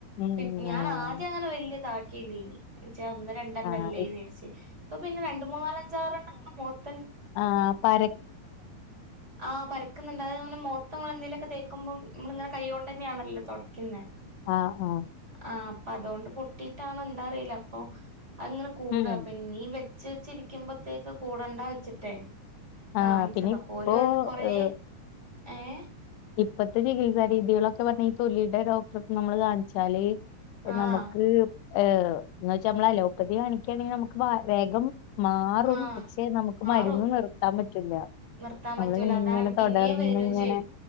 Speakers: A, on the left (about 90°); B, on the right (about 20°).
A: ഉം
B: പി ഞാൻ
A: ആഹ്
B: ആദ്യം അങ്ങനെ വലിയതാക്കില്ലേനി ച്ചെ ഒന്ന് രണ്ടണ്ടല്ലേന്ന്
A: ആഹ്
B: വിചാരിച്ച് ഇപ്പൊ പിന്നെ രണ്ട്മൂന്നാലഞ്ചാറണ്ണം അങ്ങനെ മൂഖത്ത്തന്നെ
A: ആ പര
B: ആഹ് പരക്കുന്നുണ്ട് അത്ങ്ങനെ മൊഖത്ത് നമ്മള് എന്തെലും ഒക്കെ തേക്കുമ്പം മ്മള്ങ്ങനെ കൈ കൊണ്ട്തന്നെയാണല്ലോ തൊടക്കുന്നേ
A: ആഹ് ആഹ്
B: ആ അപ്പൊ അതോണ്ട് പൊട്ടിട്ടാണോ എന്താ അറീല അപ്പൊ അതങ്ങനെ കൂട
A: ഉം
B: പിന്നീം വെച്ച് വെച്ചി രിക്കുംമ്പ ത്തേക്ക് കൂടണ്ട വെച്ചിട്ടെ കാണിച്ചത്
A: ആഹ് പിന്നെ
B: അപ്പൊ
A: ഇപ്പോ
B: ഓര് പറഞ്ഞ് കൊറേ
A: ഏഹ്
B: ഏഹ്
A: ഇപ്പത്തെ ചികിത്സാ രീതികളൊക്കെ പറഞ്ഞാ ഈ തൊലീടെ ഡോക്ടർക്ക്‌ നമ്മള് കാണിച്ചാല്
B: ആഹ്
A: നമുക്ക് ഏ എന്ന് വെച്ചാ നമ്മൾ അലോപ്പതി കാണിക്കയാണെങ്കിൽ നമുക്ക് വേഗം മാറും
B: ആഹ്
A: പക്ഷെ നമുക്ക്
B: മാറും
A: മരുന്ന് നിർത്താൻ പറ്റൂല്ല
B: നിർത്താൻ
A: നമ്മള്ങ്ങനെ
B: പറ്റൂല അതാണ് പിന്നേം
A: തൊടർന്ന്ങ്ങനെ
B: വരും